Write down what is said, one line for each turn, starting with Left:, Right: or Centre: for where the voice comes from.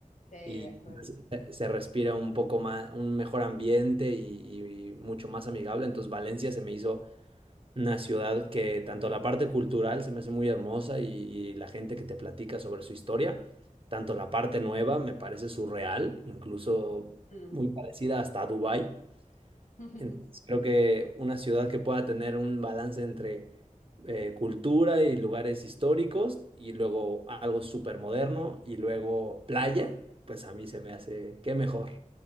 Left: de
Right: y
Left: acuerdo.
Right: se respira un poco más, un mejor ambiente y, y mucho más amigable. Entonces Valencia se me hizo una ciudad que tanto la parte cultural se me hace muy hermosa y, y la gente que te platica sobre su historia, tanto la parte nueva me parece surreal, incluso
Left: Mm.
Right: muy parecida hasta a Dubái.
Left: <laughs>
Right: Entonces creo que una ciudad que pueda tener un balance entre eh, cultura y lugares históricos y luego algo súper moderno y luego playa, pues a mí se me hace qué mejor.